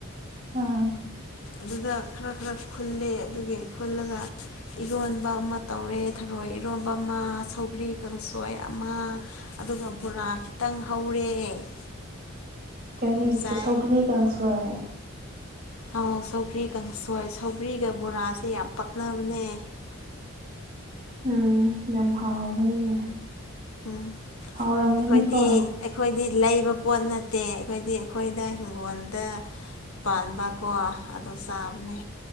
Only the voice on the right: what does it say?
ꯑꯥ
ꯀꯅꯤ
ꯁꯧꯒꯔꯤ ꯀꯁꯨꯏ
ꯎꯝ ꯌꯥꯝ ꯍꯥꯎꯕꯅꯤꯅꯦ
ꯍꯥꯎꯔꯝꯒꯅꯤꯀꯣ